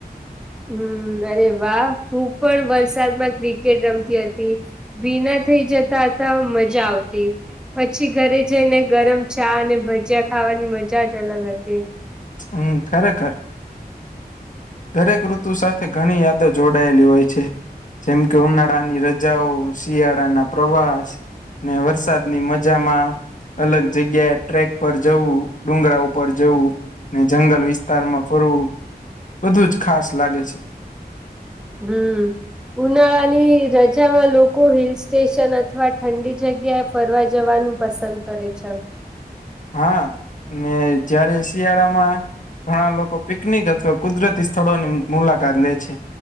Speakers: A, in the centre; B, on the left (about 50°).
A: હમ્મ, અરે વાહ હું પણ વરસાદમાં ક્રિકેટ રમતી હતી. ભીના થઈ જતા હતા મજા આવતી. પછી ઘરે જઈને ગરમ ચા અને ભજીયા ખાવાની મજા જ અલગ હતી.
B: હમ્મ, ખરેખર. દરેક ઋતુ સાથે ઘણી યાદો જોડાયેલી હોય છે. જેમ કે ઉનાળાની રજાઓ, શિયાળાના પ્રવાસ ને વરસાદની મજામાં અલગ જગ્યાએ ટ્રેક પર જવું, ડુંગરા ઉપર જવું ને જંગલ વિસ્તારમાં ફરવું બધું જ ખાસ લાગે છે.
A: હમ્મ. ઉનાળાની રજામાં લોકો હિલ સ્ટેશન અથવા ઠંડી જગ્યા ફરવા જવાનું પસંદ કરે છે.
B: હા, ને જયારે શિયાળામાં ઘણા લોકો પિકનિક અથવા કુદરતી સ્થળોની મુલાકાત લે છે.